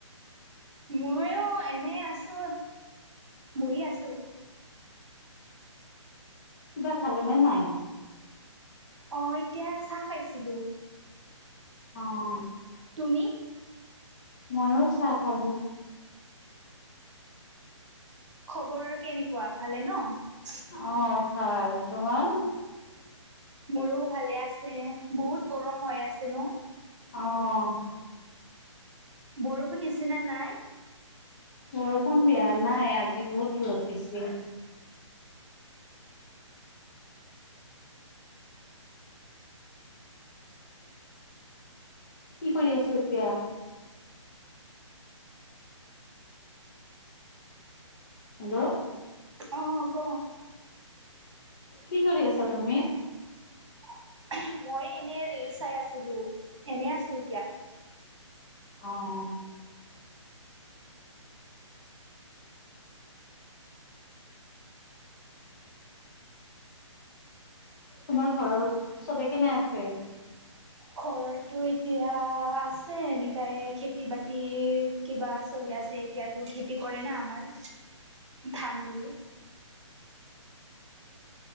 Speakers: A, on the right; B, on the left.
A: ময়ো এনে আছোঁ বহি আছোঁ।
B: কিবা খালে নে নাই?
A: অ', এতিয়া চাহ খাইছিলোঁ।
B: অ'
A: তুমি?
B: ময়ো চাহ খালোঁ।
A: খবৰ কেনেকুৱা ভালে ন?
B: অ', ভাল তোমাৰ?
A: মোৰো ভালে আছে বহুত গৰম হৈ আছে ন?
B: অ',
A: বৰষুণ দিচিনা নাই?
B: বৰষুণ বেয়া নাই আজি বহুত দূৰত দিছে। কি কৰি আছে এতিয়া? হেল্ল'
A: অ', ক।
B: কি কৰি আছা তুমি?
A: <inaudible> মই এনেই ৰীলছ চাই আছিলোঁ এনেই আছোঁ এতিয়া।
B: অ' তোমাৰ ঘৰৰ চবে কেনে আছে?
A: ঘৰৰটো এতিয়া আছে এনেকাই এ খেতি বাতি কিবা চলি আ আছে এতিয়াতো খেতি কৰে না আমাৰ ধান ৰুই।